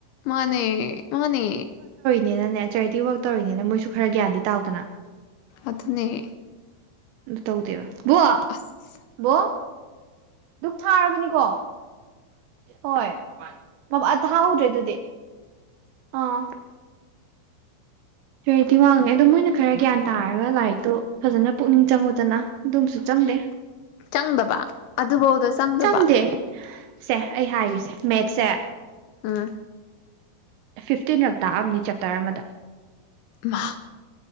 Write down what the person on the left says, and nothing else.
ꯃꯥꯅꯦ ꯃꯥꯅꯦ
ꯑꯗꯨꯅꯦ
ꯑꯁ
ꯆꯪꯗꯕ ꯑꯗꯨꯕꯧꯗꯤ ꯑꯗꯣ ꯁꯡꯗꯕ
ꯎꯝ
ꯏꯃꯥ